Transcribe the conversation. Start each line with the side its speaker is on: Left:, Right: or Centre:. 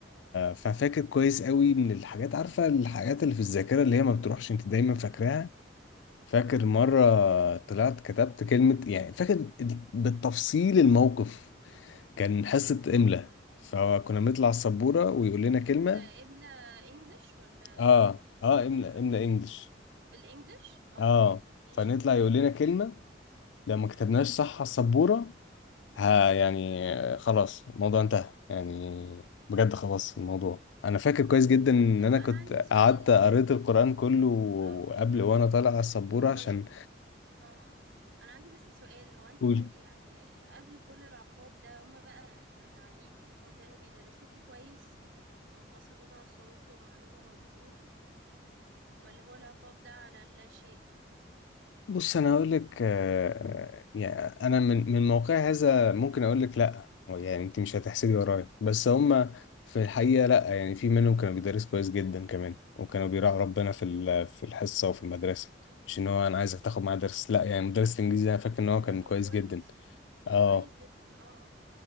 Left: ففاكر كويس قوي من الحاجات عارفة الحاجات اللي في الذاكرة اللي هي ما بتروحش أنت دايما فاكراها فاكر
Right: إمم،
Left: مرة
Right: إمم،
Left: طلعت كتبت كلمة يعني فاكر ال- بالتفصيل الموقف كان حصة إملاء فكنا بنطلع السبورة ويقول لنا كلمة
Right: ده قبلة English والّا إيه؟
Left: اه اه املا
Right: مش فاهمة،
Left: املا انجلش
Right: بالEnglish؟ آه،
Left: اه
Right: ماشي،
Left: فنطلع يقول لنا كلمة
Right: إمم،
Left: لو ما كتبناش صح على السبورة ها يعني
Right: إمم،
Left: آه، خلاص الموضوع انتهى يعني بجد خلاص الموضوع انا فاكر كويس جدا ان
Right: طب
Left: انا
Right: أنا
Left: كنت
Right: عندي
Left: قعدت
Right: سؤال
Left: قريت القرآن كله
Right: آه،
Left: قبل وانا طالع على السبورة عشان
Right: طيب آه، آه، أنا عندي بس سؤال، هو أنتم
Left: اقول
Right: يعني قبل كل العقاب ده هُم بقى كتعليم يعني هُم كانوا بيدرسوكوا كويس، كانوا بيهتموا أصلًا إن هُم يوصلوا لكم المعلومة مضبوط؟ والّا هو العقاب ده على اللاشيء يعني؟
Left: بص انا اقول لك آه، يعني انا من من موقع هذا ممكن اقول لك لا هو يعني انت مش هتحسدي ورايا بس هم في الحقيقه لا يعني في منهم كانوا بيدرسوا كويس جدا كمان وكانوا بيراعوا ربنا
Right: إمم،
Left: في ال- في الحصه وفي المدرسه مش ان هو
Right: إمم.
Left: انا عايزك تاخد معايا درس لا يعني مدرس الانجليزي انا فاكر ان هو كان
Right: إيه ده! طب
Left: كويس
Right: كويس،
Left: جدا
Right: طب
Left: اه
Right: كويس جدًا، آه، آه.